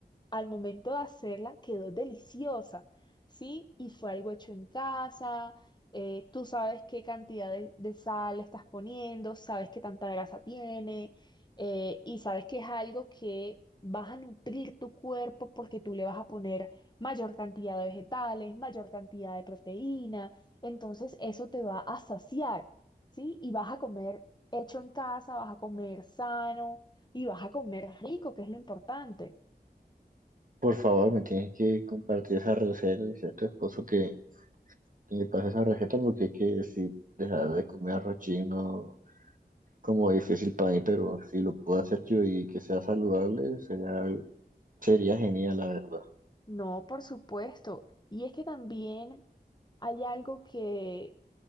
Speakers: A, on the left (about 25°); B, on the right (about 50°).
A: al momento de hacerla quedó deliciosa, ¿sí? Y fue algo hecho en casa, eh, tú sabes qué cantidad de, de sal le estás poniendo, sabes qué tanta grasa tiene, eh, y sabes que es algo que vas a nutrir tu cuerpo porque tú le vas a poner mayor cantidad de vegetales, mayor cantidad de proteína, entonces eso te va a saciar, ¿sí? Y vas a comer hecho en casa, vas a comer sano y vas a comer rico, que es lo importante.
B: Por favor, me tienes que compartir esa receta, decir a tu esposo que, que me pase esa receta porque es que si dejar de comer arroz chino como difícil para mí, pero si lo puedo hacer yo y que sea saludable, sería, sería genial, la verdad.
A: No, por supuesto. Y es que también hay algo que,